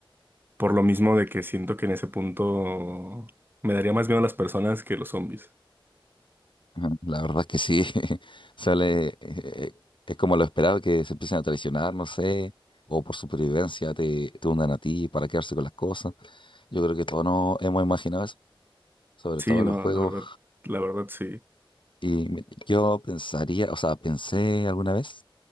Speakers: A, on the right; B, on the left.
A: Por lo mismo de que siento que en ese punto me daría más miedo a las personas que los zombies.
B: ujú. La verdad es que sí, <laughs> sale, eh, eh, es como lo esperado que se empiecen a traicionar, no sé, o por supervivencia te, te hundan a ti para quedarse con las cosas. Yo creo que todos nos hemos imaginado eso, sobre
A: Sí,
B: todo en
A: no,
B: los juegos.
A: la verdad, la verdad sí.
B: Y me- yo pensaría, o sea, pensé alguna vez